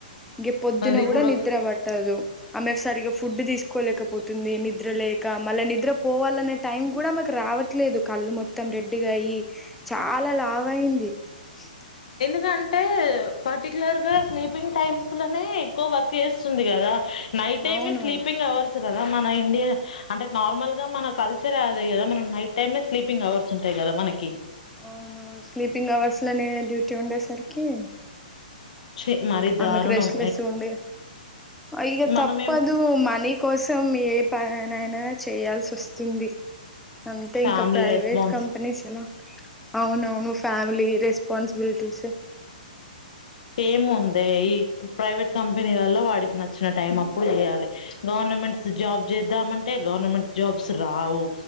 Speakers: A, in the centre; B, on the left.
A: గీ పొద్ పొద్దున
B: అది
A: గూడా
B: కూడా
A: నిద్ర పట్టదు ఆమెకు సరిగ్గా ఫుడ్ తీసు కోలేకపోతుంది నిద్ర లేక మళ్ళ నిద్ర పోవాలన్న టైం కూడా ఆమెకు రావట్లేదు కళ్ళు మొత్తం రెడ్డిగా అయ్యి చాలా లావ అయింది అ
B: అంటే పటి రెగ్యులర్ గా స్లీపింగ్ టైమ్స్ లోనే ఎక్కువ వర్క్ చేస్తుంది కదా నైట్
A: అవును
B: ఏమి స్లీపింగ్ అవర్స్ కదా మన ఇండియన్ అంటే నార్మల్ గా మన కల్చరే అది గదా మనం నైట్ టైమే స్లీపింగ్ అవర్స్ ఉంటాయి గదా మనకి
A: అవును స్లీపింగ్ అవర్స్ లోనే డ్యూటీ ఉండే సరికి
B: చి మరి
A: ఆమెకు
B: దారుణం
A: రెష్లెస్ ఉండేది ఇగ
B: మనం
A: తప్పదు
B: ఏం
A: మనీ కోసం ఏ పనినైనా చేయాల్సి వస్తుంది అంతే
B: ఫ్యామిలీ
A: ఇంకా ప్రైవేట్
B: రెస్పాన్స్
A: కంపెనీస్ ఎలా అవునవును ఫ్యామిలీ రెస్ స్పాన్సిబిలిటీ స్
B: ఏము ఉందే ఈ ప్రైవేట్ కంపెనీలలో వాడికి నచ్చిన టైం అప్పుడు చేయాలి గవర్నమెంట్స్ జాబ్ జేద్దామంటే గవర్నమెంట్ జాబ్స్ రావు